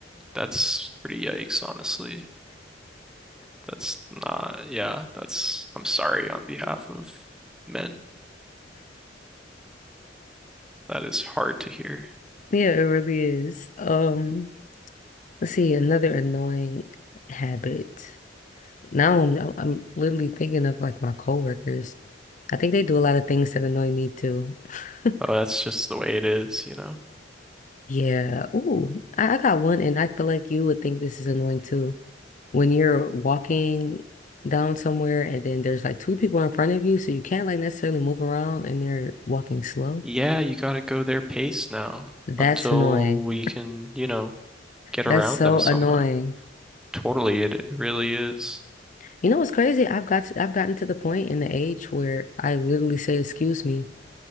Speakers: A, in the centre; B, on the left (about 45°).
A: That's pretty yikes, honestly. That's not, yeah, that's I'm sorry on behalf of men. That is hard to hear.
B: Yeah, it really is. Um, let's see, another annoying habit. Now I'm, I'm I'm literally thinking of like my coworkers. I think they do a lot of things that annoy me too. <laughs>
A: Oh, that's just the way it is, you know.
B: Yeah. Ooh, I, I got one, and I feel like you would think this is annoying too. When you're walking down somewhere, and then there's like two people in front of you, so you can't like necessarily move around, and they're walking slow.
A: Yeah, you gotta go their pace now
B: That's
A: until
B: annoying.
A: we can, you know, get around
B: That's so
A: them somehow.
B: annoying.
A: Totally, it really is.
B: You know what's crazy? I've got to, I've gotten to the point in the age where I literally say excuse me